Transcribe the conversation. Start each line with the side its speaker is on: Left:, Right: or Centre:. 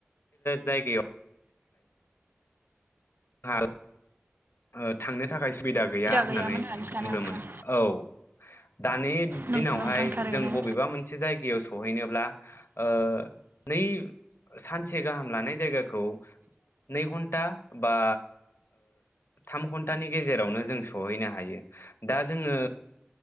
Left: जायगायाव हाल ओ थांनो थाखाय सुबिदा गैया होननानै
Right: गैयामोन सानो
Left: बुंदोंमोन
Right: आं
Left: औ दानि
Right: नोंगौ
Left: दिनावहाय
Right: नोंथां थारैनो
Left: जों बबेबा मोनसे जायगायाव सहैनोब्ला ओ नै सानसे गाहाम लानाय जायगाखौ नै घन्टा बा थाम घन्टानि गेजेरावनो जों सहैनो हायो दा जोङो